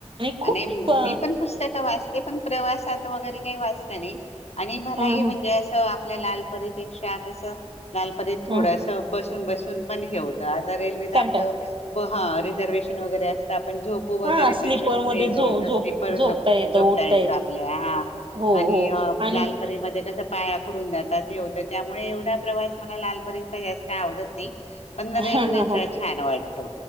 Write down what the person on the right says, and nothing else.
खूप
अ
हा
हा
हा
कंटाळ
हा स्लीपर
मध्ये
झो झोप
येतं उठता
हो
हो आणि
हा
हा हा